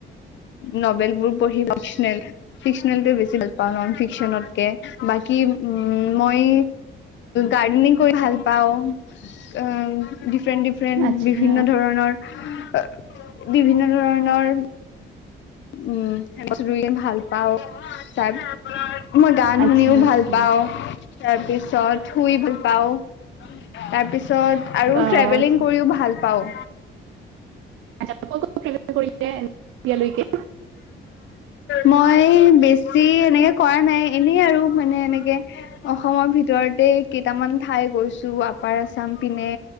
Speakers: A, on the left; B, on the right.
A: নভেল বোৰ পঢ়ি ফিক্নেল ফিক্সনেলটো বেছি ভাল পাওঁ নন ফিক্সনতকে বাকী উ মই গাৰ্ডেনিং কৰি ভাল পা ফ্ৰেণ্ড ডিফ্ৰেণ্ড
B: আচ্ছা
A: বিভিন্ন ধৰণৰ বিভিন্ন ধৰণৰ উম ত পছত ৰুই ভাল পাও চাই মই গান
B: আচ্ছা
A: শুনিও ভাল
B: আচ্ছা।
A: পাও তাৰ পিছ িছত শুই ভুল পাও তাৰ পিছত ত পছত আৰু
B: অ
A: ট্ৰেভেলিং
B: আচ্ছা।
A: কৰিও ভাল পাওঁ
B: আচ্ছা ট্ৰেভেল কৰিলে এতিয়ালৈকে
A: মই বেছি এনেকে কৰা নাই এনেই আৰু মানে এনেকে অসমৰ ভিতৰতে কেইটামান ঠাই গৈছো আপাৰ আছাম পিনে